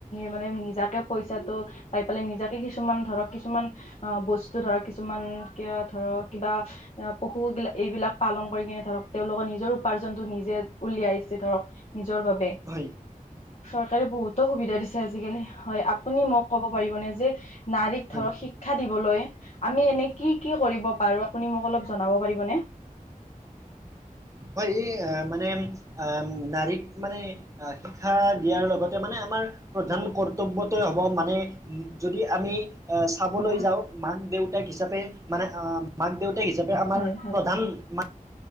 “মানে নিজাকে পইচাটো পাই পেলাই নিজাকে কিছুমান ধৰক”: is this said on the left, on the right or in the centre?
Left